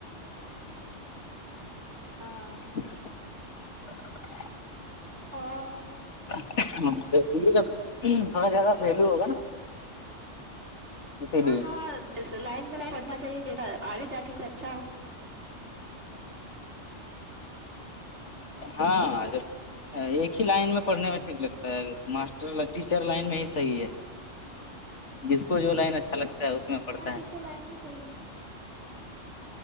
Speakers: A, on the left; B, on the right.
A: <inaudible>
B: ہاں اور
A: دے تھوڑا جیادہ ولو ہوگا نا سے ل
B: ہاں
A: بھی
B: ہاں
A: <unintelligible>
B: جیسے لائن بائن کرنا چاہیے جیس آگے جا کے اچھا ہو
A: ہاں ایک ہی لائن میں پڑنے میں ٹھیک لگتا ہے ماسٹر ٹیچر لائن میں ہی صحیح ہے جس کو جو لائن اچھا لگتا ہے اس میں پڑھتا
B: ہاں ٹیچر
A: ہے
B: لائن ہی صحی ہے